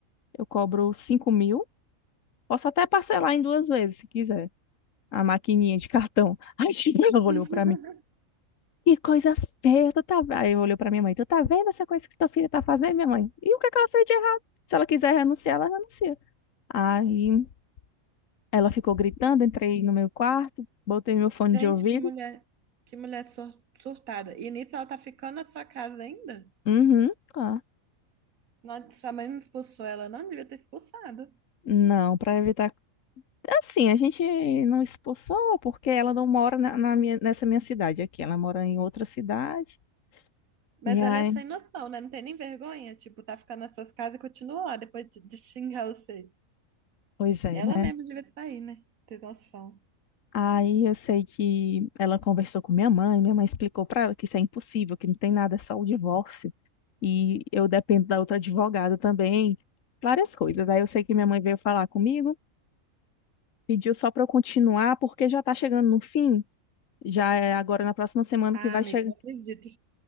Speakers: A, on the left; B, on the right.
A: Eu cobro 5 mil. Posso até parcelar em duas vezes, se quiser. A maquininha de cartão. <laughs> Aí, tipo, ela olhou
B: <laughs>
A: pra mim. Que coisa feia, tu tá... ve-" Aí olhou olhei pra minha mãe. Tu tá vendo essa coisa que tua filha tá fazendo, minha mãe? E o que é que ela fez de errado? Se ela quiser renunciar, ela renuncia. Aí ela ficou gritando, entrei no meu quarto, botei meu fone
B: Gente,
A: de ouvido.
B: que mulher, que mulher sur- surtada. E nisso ela tá ficando na sua casa ainda?
A: Uhum, tá.
B: Não, sua mãe não expulsou ela, não devia ter expulsado.
A: Não, pra evitar... Assim, a gente não expulsou porque ela não mora na, na minha, nessa minha cidade aqui. Ela mora em outra cidade.
B: Mas
A: E aí,
B: ela é sem noção, né? Não tem nem vergonha. Tipo, tá ficando nas suas casas e continua lá depois de, de xingar você.
A: pois é,
B: Ela
A: né?
B: mesma devia sair, né? Ter noção.
A: Aí eu sei que ela conversou com minha mãe, minha mãe explicou para ela que isso é impossível, que não tem nada, é só o divórcio. E eu dependo da outra advogada também, várias coisas. Aí eu sei que minha mãe veio falar comigo, pediu só para eu continuar, porque já tá chegando no fim, já é agora na próxima semana
B: Ah,
A: que vai
B: amiga,
A: chegar.
B: eu não acredito.